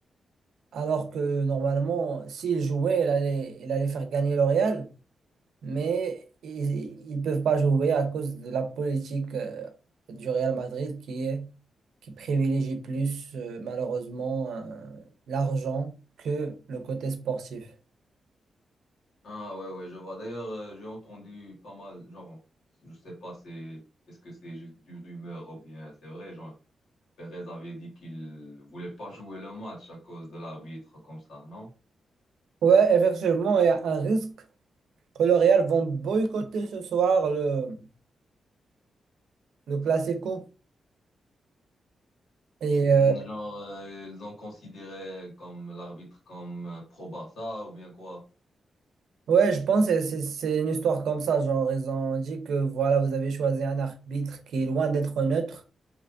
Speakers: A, on the right; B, on the left.
A: alors que normalement, s'ils jouaient, il allait, il allait faire gagner le Real, mais ils ne peuvent pas jouer à cause de la politique euh, du Real Madrid qui est, qui privilégie plus, euh, malheureusement, euh, l'argent que le côté sportif.
B: Ah ouais, ouais, je vois. D'ailleurs, euh, j'ai entendu pas mal, genre, je sais pas, c'est, est-ce que c'est juste du rumeur ou bien c'est vrai, genre, Perez avait dit qu'il voulait pas jouer le match à cause de l'arbitre comme ça, non?
A: Ouais, effectivement, il y a un risque que le Real vont boycotter ce soir le, le Classico. Et
B: Hmm,
A: euh,
B: Genre, euh, ils ont considéré comme l'arbitre comme euh, pro-Barça ou bien quoi?
A: ouais, je pense que c'est c'est une histoire comme ça. Genre, ils ont dit que voilà, vous avez choisi un arbitre qui est loin d'être neutre.